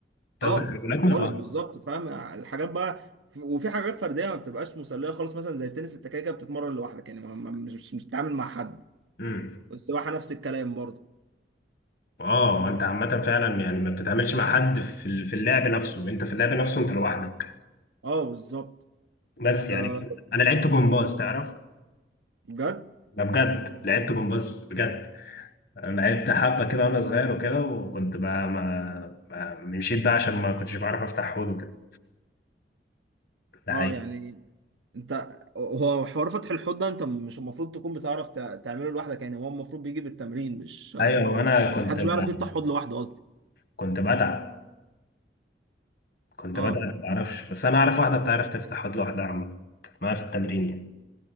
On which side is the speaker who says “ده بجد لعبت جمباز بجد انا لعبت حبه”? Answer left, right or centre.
Left